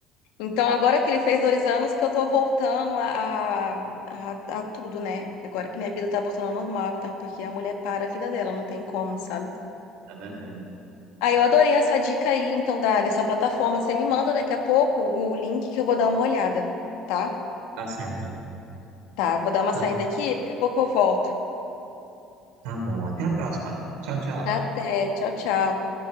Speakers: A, on the left; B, on the right.
A: Então, agora que ele fez dois anos, que eu tô voltando a, a, a, a tudo, né? Porque Agora que minha vida tá voltando ao normal e tal, porque a mulher para a vida dela, não tem como, sabe?
B: é verdade.
A: Ah, eu adorei essa dica aí, então, da, dessa plataforma. Você me manda daqui a pouco o link que eu vou dar uma olhada, tá?
B: Tá certo.
A: Tá, eu vou dar uma
B: Tá,
A: saída aqui, daqui a pouco eu volto.
B: tá bom. Até a próxima. Tchau, tchau.
A: Até, tchau, tchau.